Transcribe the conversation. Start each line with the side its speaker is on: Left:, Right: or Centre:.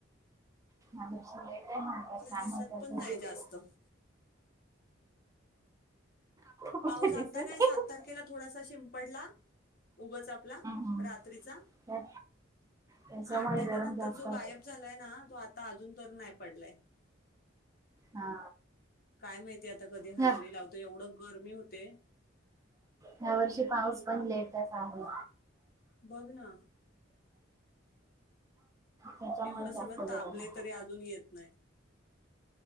Right: <unintelligible> काय म्हणतात?
Left: मला
Right: काय
Left: दिसत
Right: म्हणतात?
Left: पण
Right: सांग
Left: नाही
Right: की
Left: जास्त
Right: तिला. कुठे
Left: पाऊस
Right: दिसेल
Left: आता नाही
Right: हम्म
Left: सात तारखेला थोडासा शिंपडला, उगच आपला
Right: हम्म
Left: रात्रीचा
Right: त्या त्याच्यामुळे
Left: आणि त्याच्यानंतर
Right: गरम जास्त
Left: जो गायब
Right: होते
Left: झालाय ना तो आ आता अजून तर नाही पडलाय.
Right: हा.
Left: काय माहिती आ ता कधी
Right: ह्या
Left: हजेरी लावतो एवढं गरमी होते.
Right: ह्या वर्षी पाऊस पण लेटच आहे.
Left: बघना
Right: त्याच्यामुळे
Left: एवढं
Right: जास्त
Left: सगळं
Right: गरम
Left: तापले
Right: होत
Left: तरी अजून येत नाही.